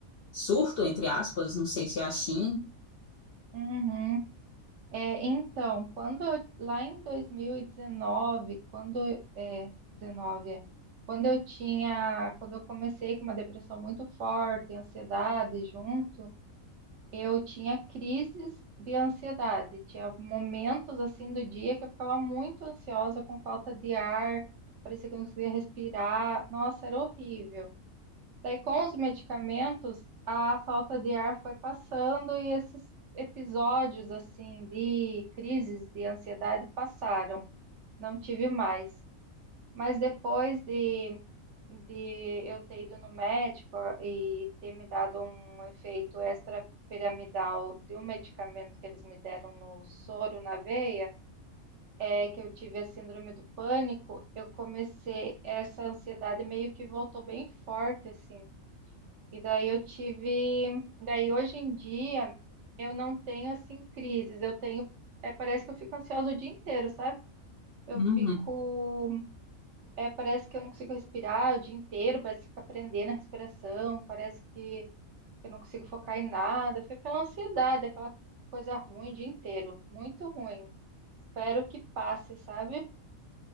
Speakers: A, on the left; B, on the right.
A: surto, entre aspas, não sei se é assim.
B: Uhum. É, então, quando eu- lá em 2019, quando é, 19, é, quando eu tinha, quando eu comecei com uma depressão muito forte, ansiedade junto, Eu tinha crises de ansiedade, tinha momentos assim do dia que eu ficava muito ansiosa, com falta de ar, parecia que eu não conseguia respirar. Nossa, era horrível. Daí, com os medicamentos, a falta de ar foi passando e esses episódios assim de crises de ansiedade passaram. Não tive mais. Mas depois de de eu ter ido no médico e ter me dado um efeito extrapiramidal de um medicamento que eles me deram no soro, na veia, é que eu tive a síndrome do pânico, eu comecei, essa ansiedade meio que voltou bem forte, assim. E daí eu tive, daí hoje em dia eu não tenho assim crises, eu tenho, é, parece que eu fico ansiosa o dia inteiro, sabe? Eu
A: Uhum.
B: fico é, parece que eu não consigo respirar o dia inteiro, parece que fica prendendo a respiração, parece que eu não consigo focar em nada, fica aquela ansiedade, aquela coisa ruim o dia inteiro, muito ruim. Espero que passe, sabe?